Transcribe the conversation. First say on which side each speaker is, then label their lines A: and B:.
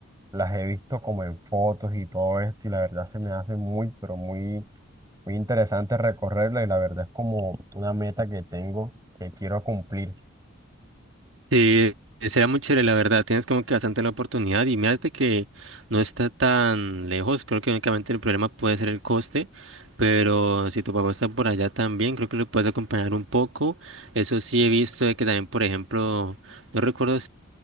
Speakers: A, on the right; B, on the right.
A: las he visto como en fotos y todo esto, y la verdad se me hace muy, pero muy, muy interesante recorrerla y la verdad es como una meta que tengo que quiero cumplir.
B: Sí, sería muy chévere, la verdad. Tienes como que bastante la oportunidad y mírate que no está tan lejos. Creo que únicamente el problema puede ser el coste, pero si tu papá está por allá también, creo que lo puedes acompañar un poco. Eso sí he visto de que también, por ejemplo, no recuerdo